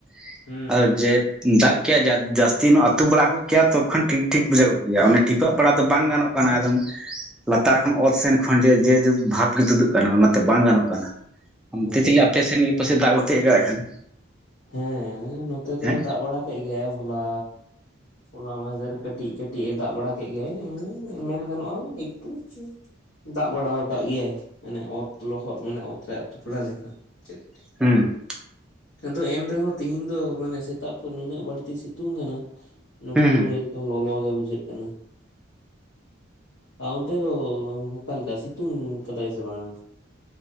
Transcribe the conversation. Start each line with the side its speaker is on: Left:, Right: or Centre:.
Centre: ᱾
Left: ᱦᱩᱸ
Centre: ᱟᱨ
Left: ᱦᱩᱸ
Centre: ᱡᱮ ᱫᱟᱜ ᱠᱮᱭᱟ ᱡᱟᱹᱥᱛᱤ ᱟᱹᱛᱩ ᱵᱟᱲᱟ ᱠᱚᱜ ᱠᱮᱭᱟ ᱛᱚᱠᱷᱚᱱ ᱴᱷᱤᱠ, ᱴᱷᱤᱠ ᱵᱩᱡᱷᱟᱹᱜ ᱜᱮᱭᱟ᱾ ᱚᱱᱟ ᱴᱤᱯᱟᱹᱜ ᱵᱟᱲᱟ ᱫᱚ ᱵᱟᱝ ᱜᱟᱱᱚᱜ ᱠᱟᱱᱟ ᱮᱠᱫᱚᱢ ᱞᱟᱛᱟᱨ ᱠᱷᱚᱱ ᱚᱛ ᱥᱮᱱ ᱠᱷᱚᱱ ᱡᱮ ᱡᱮ ᱵᱷᱟᱵᱽ ᱜᱮ ᱛᱩᱫᱩᱜ ᱠᱟᱱᱟ ᱾ᱚᱱᱟᱛᱮ ᱵᱟᱝ ᱜᱟᱱᱚᱜ ᱠᱟᱱᱟ᱾ ᱚᱱᱛᱮ
Left: ᱦᱳᱭ
Centre: ᱪᱤᱞᱤ ᱟᱯᱮ ᱥᱮᱱ ᱜᱮ ᱟᱯ ᱥᱮᱫ ᱫᱟᱜ ᱠᱚ ᱛᱤᱭᱚᱜ ᱠᱟᱜ ᱠᱷᱟᱱ
Left: ᱦᱮᱸ ᱱᱚᱛᱮ ᱫᱚ
Centre: ᱦᱮᱸ
Left: ᱫᱟᱜ ᱵᱟᱲᱟ ᱜᱮᱭᱟᱭ ᱦᱚᱞᱟ, ᱦᱚᱞᱟ ᱢᱟᱫᱷᱮᱨ ᱠᱟᱹᱴᱤᱡ, ᱠᱟᱹᱴᱤᱡ ᱮ ᱫᱟᱜ ᱵᱟᱲᱟ ᱠᱮᱫ ᱜᱮᱭᱟᱭ ᱦᱮᱸ ᱢᱮᱱ ᱜᱟᱱᱚᱜᱼᱟ ᱮᱠᱴᱩ ᱫᱟᱜ ᱵᱟᱲᱟ ᱟᱠᱟᱫ ᱜᱮᱭᱟᱭ ᱢᱟᱱᱮ ᱚᱛ ᱞᱚᱦᱚᱫ ᱢᱟᱱᱮ ᱚᱛ ᱨᱮᱭᱟᱜᱛ ᱯᱲᱟ ᱞᱮᱠᱟ ᱪᱮᱫ
Centre: ᱦᱮᱸ ᱾
Left: ᱟᱫᱚ ᱮᱱ ᱨᱮᱦᱚᱸ ᱛᱤᱦᱤᱧ ᱫᱚ ᱢᱟᱱᱮ ᱥᱮᱛᱟᱜ ᱠᱷᱚᱱ ᱱᱤᱱᱟᱹᱜ ᱵᱟᱹᱲᱛᱤ ᱥᱤᱛᱩᱝ ᱠᱟᱱᱟ
Centre: ᱦᱩᱸ
Left: ᱯᱩᱨᱟᱹ
Centre: ᱦᱩᱸ
Left: ᱮᱠᱫᱚᱢ ᱞᱚᱞᱚ ᱜᱮ ᱵᱩᱡᱷᱟᱹᱜ ᱠᱟᱱᱟ ᱾ ᱟᱨ ᱚᱱᱛᱮ ᱫᱚ ᱚᱠᱟ ᱞᱮᱠᱟ ᱥᱤᱛᱩᱝ ᱠᱟᱫᱟᱭ ᱥᱮ ᱵᱟᱝᱼᱟ?